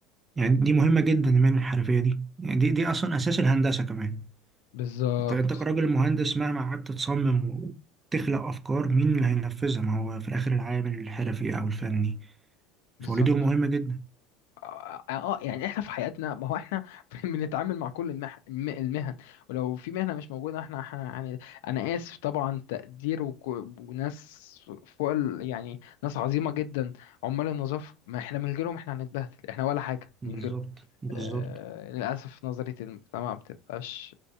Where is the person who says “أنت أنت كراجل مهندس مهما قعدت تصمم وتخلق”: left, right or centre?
Right